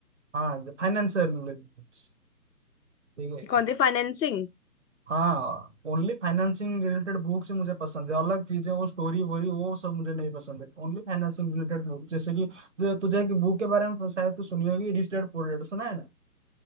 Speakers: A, on the right (about 45°); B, on the left (about 80°).
A: हाँ फाइनेंस से related। ठीक है
B: कौन सी फाइनेंसिंग
A: हाँ ओनली फाइनेंसिंग रिलेटेड बुक्स ही मुझे पसंद है अलग चीजें वो स्टोरी वोरी वो सब मुझे नहीं पसंद है ओनली फाइनेंसिंग रिलेटेड बुक जैसे कि जो तुझे की बुक के बारे में शायद तू सुनी होगी रिच डैड पुअर डैड सुना है ना